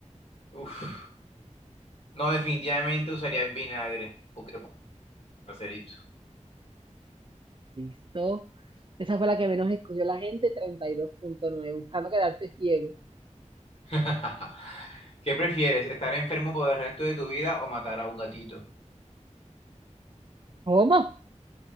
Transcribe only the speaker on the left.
uf, no, definitivamente usaría el vinagre. Porque, parcerito.
<laughs> ¿Qué prefieres, estar enfermo por el resto de tu vida o matar a un gatito?